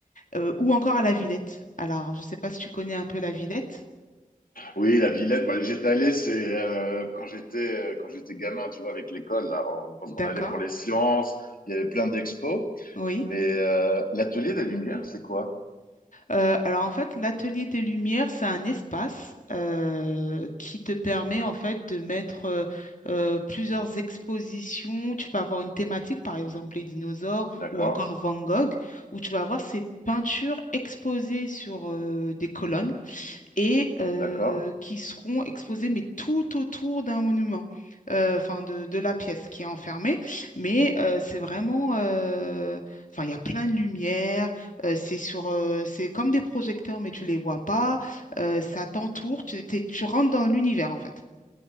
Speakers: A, on the left (about 65°); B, on the left (about 85°).
A: euh, ou encore à la Villette. Alors, je sais pas si tu connais un peu la Villette.
B: Oui, la Villette, bah, j'étais allé, c'est euh, quand j'étais euh, quand j'étais gamin, tu vois, avec l'école, là, on, parce
A: D'accord.
B: qu'on allait pour les sciences, il y avait plein d'expos.
A: Oui.
B: Mais euh, l'atelier des Lumières, c'est quoi?
A: Euh, alors en fait, l'atelier des lumières, c'est un espace euh, qui te permet en fait de mettre euh, euh, plusieurs expositions. Tu peux avoir une thématique, par exemple les dinosaures
B: D'accord.
A: ou encore Van Gogh, où tu vas avoir ces peintures exposées sur euh, des colonnes et euh,
B: D'accord.
A: qui seront exposés mais tout autour d'un monument, euh, enfin de, de la pièce qui est enfermée. Mais euh, c'est vraiment, euh, enfin il y a plein de lumière, euh, c'est sur, euh, c'est comme des projecteurs mais tu les vois pas, euh, ça t'entoure, tu, t'es- tu rentres dans l'univers en fait,